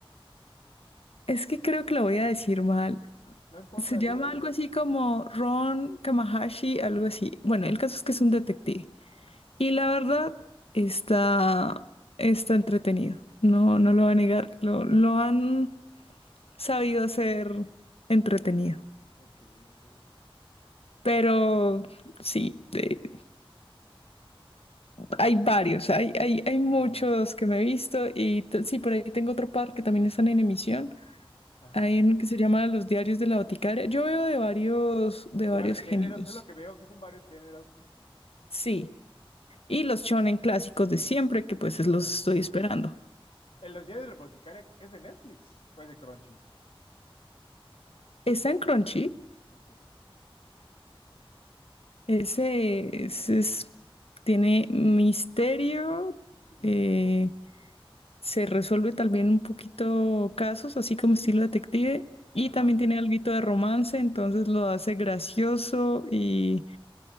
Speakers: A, on the left; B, on the left.
A: es que creo que lo voy a decir mal.
B: No importa,
A: Se llama
B: dilo, dilo.
A: algo así como Ron Kamahashi, algo así. Bueno, el caso es que es un detective. Y la verdad está, está entretenido. No, no lo va a negar. Lo, lo han sabido hacer entretenido.
B: Ok, ok.
A: Pero sí, eh, hay varios, hay, hay, hay muchos
B: Ajá,
A: que me he visto y t- sí, por ahí tengo otro par que también están en emisión.
B: ajá.
A: Hay uno que se llama Los Diarios de la Boticaria. Yo veo de varios, de varios
B: De varios
A: géneros.
B: géneros, es lo que veo, que son varios géneros.
A: Sí, y los shonen clásicos de siempre, que pues es- los
B: Ajá.
A: estoy esperando.
B: En los días del boticario, ¿es de Netflix o es de Crunchy?
A: Está en Crunchy,
B: Ok.
A: ese, ese es, tiene misterio,
B: Ujú.
A: eh, Se resuelve también un poquito casos, así como estilo detective, y
B: Ajá.
A: también tiene
B: <laughs>
A: algo de romance, entonces lo hace gracioso y